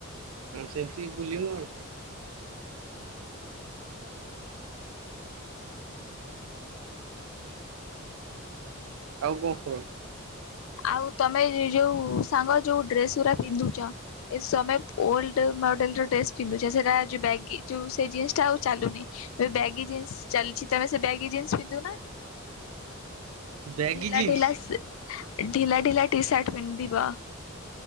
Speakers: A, on the right; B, on the left.
A: ହଁ ସେମିତି ବୁଲିବୁ ଆଉ।
B: ଆଛା ଆଛା। ହୁଁ
A: ଆଉ କଣ କୁହ?
B: ଆଉ ତମେ ଯେଉଁ ସାଙ୍ଗ ଯେଉଁ ଡ୍ରେସ୍ ଗୁଡ଼ା ପିନ୍ଧୁଛ, ଏ <unintelligible> ଓଲ୍ଡ ମଡ଼େଲ୍ର ଡ୍ରେସ୍ ପିନ୍ଧୁଛ, ସେଇଟା ହେଉଛି ବ୍ୟାଗି, ଯେଉଁ ସେ ଜିନିସଟା ଆଉ ଚାଲୁନି। ଏ ବ୍ୟାଗି ଜିନ୍ସ ଚାଲିଛି, ତମେ ସେ ବ୍ୟାଗି ଜିନ୍ସ ପିନ୍ଧୁନା?
A: ବ୍ୟାଗି
B: ଢିଲା
A: ଜିନ୍ସ
B: ଢିଲା, ଢିଲା ଢିଲା, ଟି ସାର୍ଟ ପିନ୍ଧିବ।